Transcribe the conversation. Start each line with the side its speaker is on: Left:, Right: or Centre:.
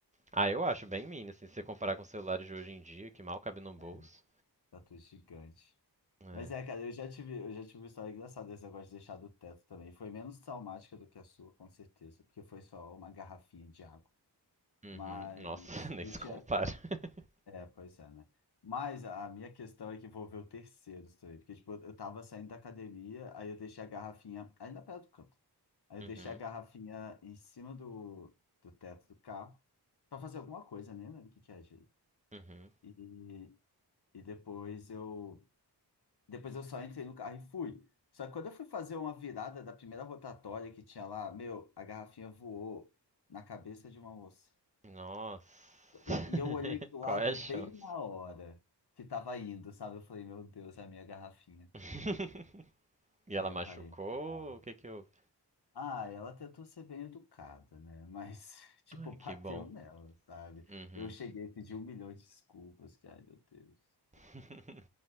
Right: Ah, eu acho bem mini, assim, se você comparar com os celulares de hoje em dia, que mal cabe no bolso.
Left: É, Tatu gigante.
Right: É.
Left: Mas é, cara, eu já tive, eu já tive uma história engraçada desse negócio de deixar do teto também. Foi menos traumática do que a sua, com certeza, porque foi só uma garrafinha de água.
Right: Uhum.
Left: Mas
Right: Nossa, <laughs> nem
Left: eu
Right: se
Left: tinha,
Right: compara. <laughs>
Left: É, pois é, né? Mas a minha questão é que envolveu terceiros também, porque tipo, eu tava saindo da academia, aí eu deixei a garrafinha, ainda perto do canto, aí
Right: Uhum.
Left: eu deixei a garrafinha em cima do, do teto do carro pra fazer alguma coisa, nem lembro o que que é, gente.
Right: Uhum.
Left: E, e depois eu, depois eu só entrei no carro e fui. Só que quando eu fui fazer uma virada da primeira rotatória que tinha lá, meu, a garrafinha voou na cabeça de uma moça.
Right: Nossa.
Left: E, e eu olhei pro lado
Right: Qual é a
Left: bem
Right: chance?
Left: na hora que tava indo, sabe? Eu falei, meu Deus, é a minha garrafinha.
Right: <laughs> E
Left: Aí
Right: ela
Left: eu
Right: machucou?
Left: parei. Não.
Right: O que que houve?
Left: Ah, ah, ela tentou ser bem educada, né? Mas, <laughs> tipo,
Right: Ai,
Left: bateu
Right: que bom.
Left: nela, sabe?
Right: Uhum.
Left: Eu cheguei e pedi um milhão de desculpas, que, ai, meu Deus.
Right: <laughs>